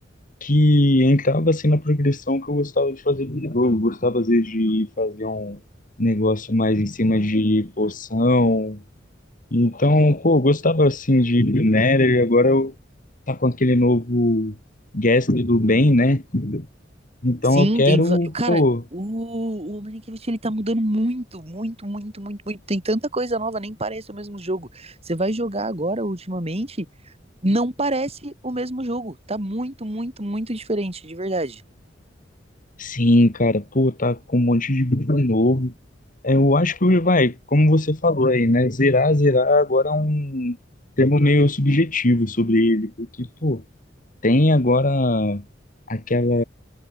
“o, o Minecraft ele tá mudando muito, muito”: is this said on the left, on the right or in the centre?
Right